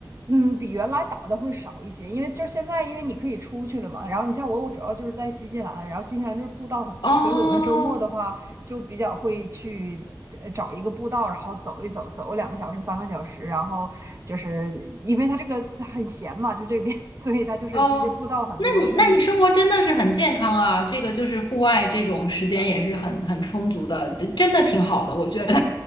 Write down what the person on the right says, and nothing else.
嗯，比原来打的会少一些，因为就是现在，因为你可以出去了嘛。然后你像我，我主要就是在新西兰，然后新西兰就是步道很多，
所以我们周末的话就比较会去呃找一个步道，然后走一走，走个两个小时、三个小时。然后就是因为它这个很闲嘛，就这边，<laughs> 所以它就是这些步道很多，
所以